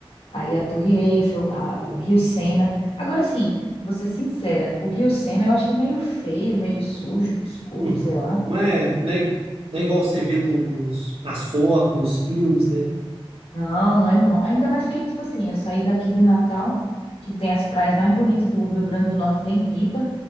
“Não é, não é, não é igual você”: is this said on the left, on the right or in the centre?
Right